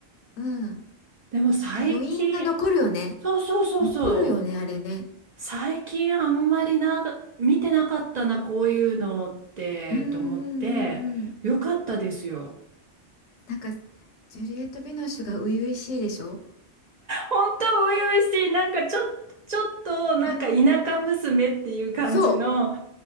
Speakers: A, on the left (about 85°); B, on the right (about 55°).
A: うん。
B: でも最近、
A: なんか余韻が残るよね。
B: そうそうそうそ
A: 残るよね、あれね。
B: う、最近あんまりな、見てなかったな、こういうのって、
A: うんうんうんうん。
B: と思って、よかったですよ。
A: なんか、ジュリエット・ヴィノッシュが初々しいでしょ
B: 本当初々しい、なんかちょ、ちょっとなんか田舎娘っていう感じの
A: あの、そ